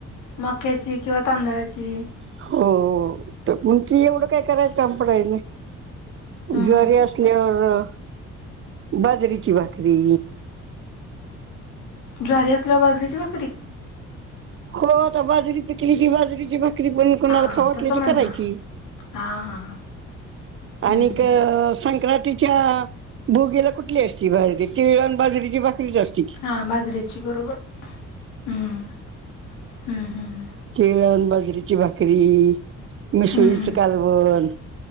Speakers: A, on the left; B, on the right.
A: मक्याची किंवा तांदळाची.
B: हो, हो. त <unintelligible> एवढं काय करायचं काम पडायचं नाही.
A: हम्म
B: ज्वारी
A: हम्म
B: असल्यावर, बाजरीची भाकरी.
A: ज्वारी असल्यावर बाजरीची भाकरी?
B: हो आता बाजरी पिकली की, बाजरीची भाक करी पण कुणाला
A: हा
B: खावू वाटली
A: तसं
B: तर
A: म्हण
B: करायची.
A: ना हा हा हा हम्म
B: आणि
A: हम्म
B: क संक्रातीत च्या भोगी ला कुठली असती भाजी तीळ अन बाजरीची भाकरीच असती.
A: हा बाजरी ची बरोबर हम्म. हम्म हम्म
B: तळण बाजरीची भाकरी, मिसळीच
A: हम्म हम्म
B: कालवण.